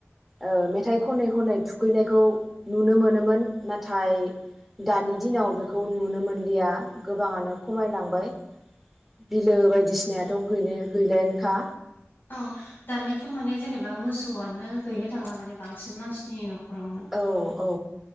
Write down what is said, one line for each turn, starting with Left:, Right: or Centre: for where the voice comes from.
Centre: ओ मेथाइ खनै खनै थुखैनायखौ नुनो मोनोमोन नाथाय दानि दिनाव बेखौ नुनो मोनलिया गोबाङानो खमायलांबाय बिलो बायदिसिनायाथ गैला- गैलायानोखा
Left: अ दानियाथ माने जेनेबा मोसौआनो गैनो थांला माने बांसिन मानसिनि न खरावनो
Centre: औ औ